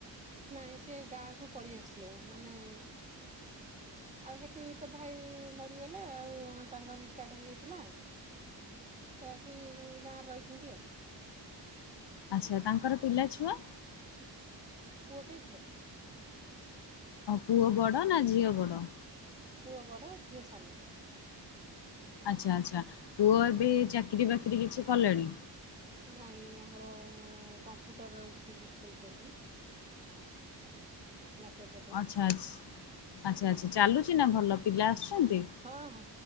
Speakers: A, on the right; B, on the left.
A: ନାଇଁ ସେ ଗାଁ କୁ ପଳେଇ ଆସିଲେ ମାନେ ଆଉ ସେଠି ତୋ ଭାଇ ମରିଗଲେ ଆଉ ତାଙ୍କ ରିଟାୟାର୍ଡ ହେଇଯାଇଥିଲା। ସେ ଆସି ଗାଁରେ ରହିଛନ୍ତି ଆଉ।
B: ଆଚ୍ଛା ତାଙ୍କର ପିଲା ଛୁଆ?
A: ପୁଅଟେ ଝିଅଟେ।
B: ପୁଅ ବଡ ନା ଝିଅ ବଡ?
A: ପୁଅ ବଡ଼ ଝିଅ ସାନ।
B: ଆଚ୍ଛା ଆଚ୍ଛା ପୁଅ ଏବେ ଚାକିରି ବାକିରି କିଛି କଲେଣି?
A: ନାଇଁ ଆମର-ଅ-ଅ-ଅ କମ୍ପ୍ୟୁଟର ଇନଷ୍ଟିଚ୍ୟୁଟ୍ ଖୋଲିଛନ୍ତି। ମାର୍କେଟର
B: ଆଚ୍ଛା ଆଛ୍, ଆଚ୍ଛା ଆଚ୍ଛା ଚାଲୁଛି ନା ଭଲ, ପିଲା ଆସୁଛନ୍ତି?
A: ହଁ ହଁ,